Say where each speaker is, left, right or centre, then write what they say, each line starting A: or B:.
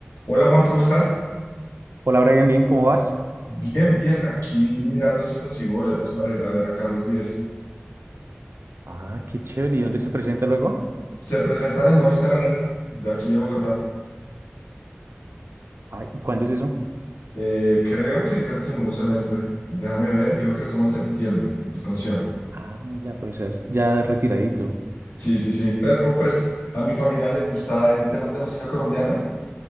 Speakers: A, on the left (about 80°); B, on the right (about 85°).
A: Hola Juan, ¿cómo estás?
B: Hola Brian, bien, ¿cómo vas?
A: Bien, bien, aquí mirando si consigo boletas para ir a ver a Carlos Vives.
B: Ah, qué chévere. ¿Y dónde se presenta luego?
A: Se presentan en Movistar Arena, de aquí de Bogotá.
B: Ay, ¿cuándo es eso?
A: Eh, creo que es en el segundo semestre. Déjame ver, creo que es como en septiembre el concierto.
B: Ah, ya, pero seas ya retiradito.
A: Sí, sí, sí. Pero pues a mi familia le gusta en temas de música colombiana.